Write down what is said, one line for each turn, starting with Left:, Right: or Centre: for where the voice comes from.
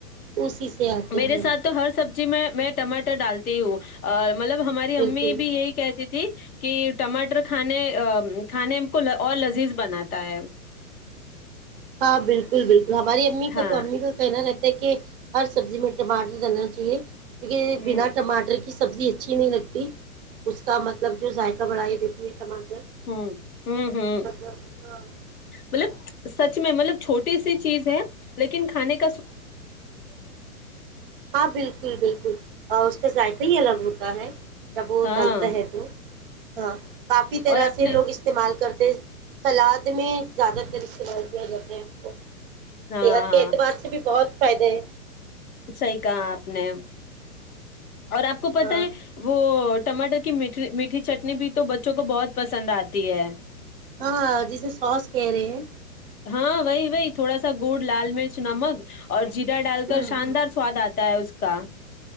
Right: اسی سے آتے
Left: میرے
Right: ہیں
Left: ساتھ تو ہر سبزی میں میں ٹماٹر ر ڈالتی ہوں اور مطلب ہماری
Right: بالکل
Left: امی بھی یہی کہتی تھھی جی کہ ٹماٹر کھانے کھانے کو اور لذیذ بناتا ہے
Right: ہاں بالکل بالکل ہماری امی کا
Left: ہاں
Right: تو امی کا کہنا رہ کہ ہر سبزی میں ٹماٹر دلنا چاہیے
Left: ہ
Right: بنا ٹماٹر سبزی اچھی نہیں لگتی اس کا مطلب جو ذائقہ بڑھائییا دیتی ہے ٹماٹر
Left: ہوں ہوں ہوں
Right: مطلب
Left: مطلب سچ میں مطلب چھوٹی سی چیز ہے لیکن کھانے کے
Right: ہاں بالکل بالکل اور اس کا ذائقہ وہی الگ ہوتا ہے جب وہ
Left: ہاں
Right: ڈلتا ہے تو ہاں کافی طرح
Left: اور اپنے
Right: سے لوگ استعمال کرتے سلاد میں زیادہ تر استعمال کیا جاتا ہے صحت
Left: ہاں
Right: کے اعتبار سے بھی بہت فائدے
Left: صحی کہا آپ نے اور آپ کو پت
Right: ہاں
Left: ہے وہ ٹماٹر کی میٹ میٹھی چٹنی بھی تو بچوں کو بہت پسند آتی ہے
Right: ہاں جیسے سوس کہہ رہے ہیں
Left: ہاں وہی وہی تھوڑا سا گڑ لال مرچ نمک اور جیرا ڈال
Right: ہ
Left: کر شاندار
Right: ہ
Left: سواد آ ت از کا